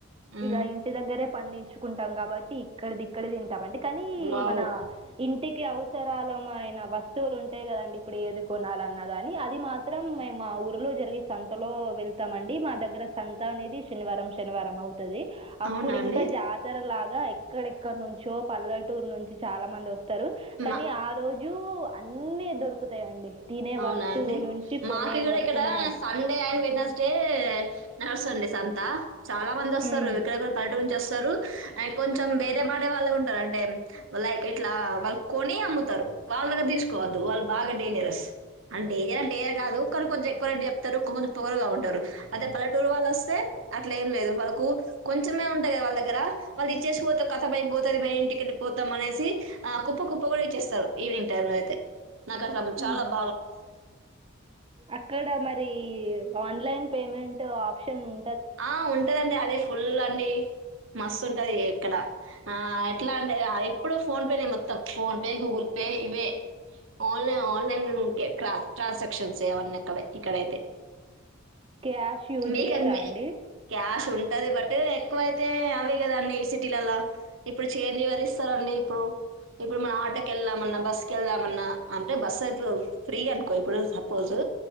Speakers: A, on the right; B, on the right.
A: హ్మ్.
B: ఇగ ఇంటి దగ్గరే పండించుకుంటాం కాబట్టి ఇక్కడది ఇక్కడే తింటాం అండి కానీ
A: వావ్!
B: మన ఇంటి కి అవసరాలమైన వస్తువులు ఉంటాయి కదండి ఇప్పుడు ఏది కొనాలన్న గాని అది మాత్రం మేము మాఊర్లో జరిగే సంతలో వెళ్తామండి మా దగ్గర సంత అనేది శనివారం శనివారం అవు తాది అప్పుడు
A: అవునా
B: ఇంకా
A: అండి?
B: జాతర లా గ ఎక్కడెక్కడనుంచో పల్లెటూరు నుంచి చాలా మంది వస్తారు కానీ
A: మా
B: ఆ రో జు అన్నీ దొరుకుతాయండి తినే
A: అవునా
B: వస్తువు
A: అండి
B: నుంచి
A: మాకు
B: కొనే
A: గూడా
B: వరకు
A: ఇక్కడ
B: మన
A: సండే అండ్ వెడ్నెస్ డే నడుస్తుంది సంత చాలా మంది వస్తారు
B: హ్మ్
A: ఇక్కడ కూడా పల్లెటూరు నుంచి వ తారు అయి కొంచెం బేరమాడే వాళ్ళే ఉంటారు అంటే లైక్ ఇట్లా వాళ్ళు కొని అమ్ముతారు వాళ్ళ దగ్గర తీసుకోవద్దు వాళ్ళు బాగా డేంజరస్ అ‌ డేంజర్ డేజర్ కాదు కానీ కొంచెం ఎ క్కువ రేట్ చెప్తారు కొకొంచెం పొగరుగా ఉంటారు అదే పల్లెటూరు వాళ్ళు అస్తే అట్లేం లేదు వాళ్ళకు కొంచెం వనే ఉంటాయి కదా వాళ్ళ దగ్గర వాళ్ళ్ది ఇచ్చేసిపోతే కథం అయిపోతాది మే ఇంటికెళ్ళిపోతాం అనేసి ఆ కుప్ప కుప్పగా ఎచ్చేస్తారు ఈవినింగ్ టైం లో అయితే నాకట్ల
B: ఉహు
A: చాలా బా
B: అక్కడ మరి ఆన్లైన్ పేమెంట్ ఆప్షన్ ఉం
A: ఆ ఉంటదండి అదే ఫుల్ అండి మస్తుంటది ఎక్కడ ఆ ఎట్లా అంటే ఎప్పుడు ఫోన్ పేనే మొత్తం phone pay Google Pay ఇవే ఆన్లైన్ ఆన్లైనుకే ట్రాన్స్ ట్రాన్సాక్షన్స్ ఏవన్నీ అక్కడే ఇక్కడైతే
B: క్యాష్ యూజ్
A: మీకు
B: చెయ్యరా అండి
A: క్యాష్ ఉంటది బట్ ఎక్కువ అయితే అవే కదండి సిటీలలో ఇప్పుడు చేంజ్ ఎవరిస్తారంండి ఇప్పుడు ఇప్పుడు మనం ఆటోకేళ్దామన్నా బస్సుకేళ్దామన్నా అంటే బస్సు ఫ్రీ అనుకో ఇప్పుడు సపోజు